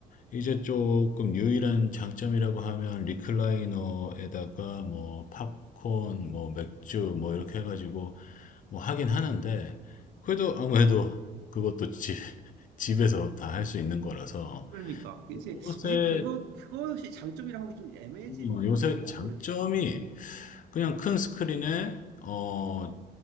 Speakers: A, on the left; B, on the right.
A: 이제 조금 유일한 장점이라고 하면 리클라이너에다가 뭐 팝콘, 뭐 맥주 뭐 이렇게 해가지고 뭐 하긴 하는데, 그래도 아무래도 그것도 집, 집에서 다 할 수 있는 거라서,
B: 그러니까. 이제,
A: 요새,
B: 이제 그것, 그것이 장점이라 하기 좀 애매해진
A: 어, 요새
B: 그게 와버렸어.
A: 장점이 그냥 큰 스크린에, 어,